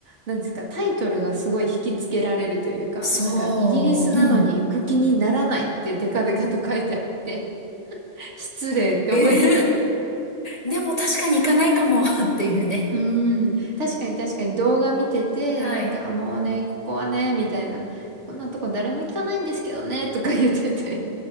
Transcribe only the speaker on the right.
う、なんですか、タイトルがすごい引きつけられるというか、
なんか、イギリスなのに行く気にならないってデカデカと書いてあって、
<laughs> 失礼って思いながら
うーん。確かに確かに動画見てて、
なんかあもうね、ここはね、みたいな。こんなとこ誰も行かないんですけどね、とか言ってて